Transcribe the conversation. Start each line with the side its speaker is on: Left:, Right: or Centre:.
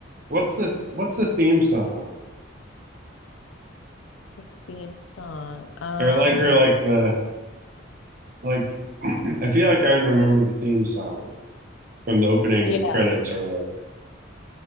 Right: what's the what's the theme song
Left: The theme song. Um,
Right: or like or like the like. <clears throat> I feel like I remember the theme song from the opening
Left: yeah,
Right: credits or whatever.